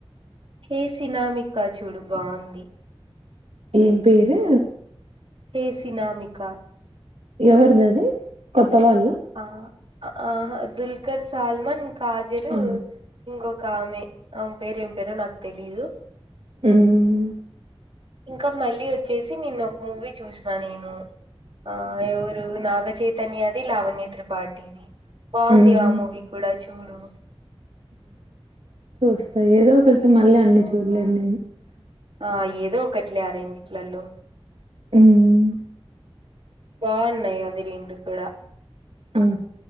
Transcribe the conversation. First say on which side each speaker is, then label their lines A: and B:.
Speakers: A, on the right; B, on the right.
A: హే సినామికా చూడు బావుంది.
B: ఏం పేరు?
A: పేసినామి. క
B: ఎవరిది అది కొత్త వాల్లు.
A: ఆ ఆహ దుల్కర్ సాల్మన్. కాజలూ
B: ఆ!
A: ఇంకొ కామె ఆమె పేరు ఏం పేరో నాకు తెలీదు.
B: హ్మ్
A: ఇంకా మల్లీ ఒచ్చేసి నిన్న ఒక మూవీ చూసినా నేను. ఆ ఎవరూ నాగచేత్ ధన్యాది లావణ్య త్రిపాటిది. బావుందిగా
B: హ్మ్.
A: ఆ మూవీ కూడా. చూడు
B: చూస్తా ఏదో ఒకటి మల్లీ అన్ని చూడలేను నేను.
A: ఆ ఏదో ఒకటిలే ఆ రెండిట్లల్లో.
B: హ్మ్మ్
A: బావున్నై అవి రెండు కుడా.
B: హ్మ్